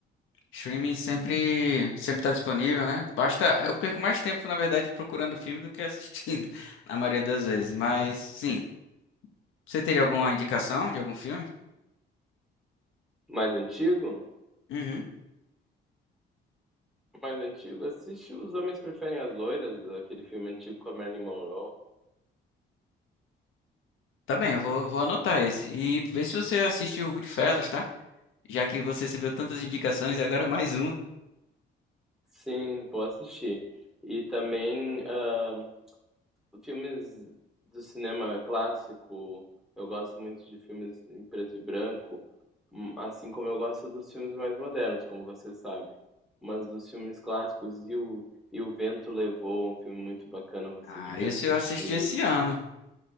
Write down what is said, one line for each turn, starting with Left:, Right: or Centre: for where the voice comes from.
Left: Streaming sempre, sempre tá disponível, né? Basta, eu perco mais tempo, na verdade, procurando filme do que assistindo, <laughs> na maioria das vezes. Mas, sim. Você teria alguma indicação de algum filme?
Centre: Mais antigo?
Left: Uhum.
Centre: Mais antigo? Assiste Os Homens Preferem as Loiras, aquele filme antigo com a Marilyn Monroe.
Left: Tá bem, eu vou, vou anotar esse. E vê se você assistiu o Goodfellas, tá? Já que você recebeu tantas indicações e agora mais uma.
Centre: Sim, vou assistir. E também ah, filmes do cinema clássico. Eu gosto muito de filmes em preto e branco, hum, assim como eu gosto dos filmes mais modernos, como você sabe. Mas dos filmes clássicos, e o, e o Vento Levou, um filme muito bacana, você
Left: Ah,
Centre: devia
Left: esse
Centre: assistir.
Left: eu assisti esse ano,